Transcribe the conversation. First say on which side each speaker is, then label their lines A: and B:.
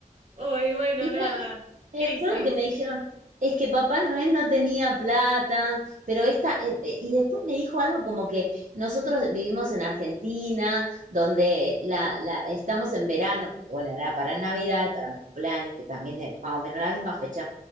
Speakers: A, on the right; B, on the right.
A: Hoy, bueno,
B: Y
A: nada.
B: me Me
A: Crisis.
B: acuerdo que me dijeron, es que Papá Noel no tenía plata, pero esta, eh, eh, y después me dijo algo como que nosotros vivimos en Argentina, donde la, la, estamos en verano, porque bueno, era para Navidad y para mi cumpleaños, que también es más o menos la misma fecha,